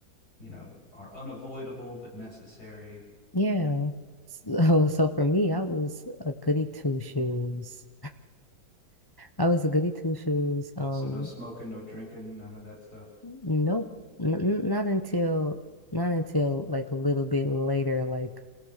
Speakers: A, on the left (about 60°); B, on the left (about 30°).
A: you know are unavoidable but necessary.
B: yeah. So so for me, I was a goody two shoes. I was a goody two shoes. Um,
A: So no smoking, no drinking, none of that stuff.
B: nope, n n- not until not until like a little bit later, like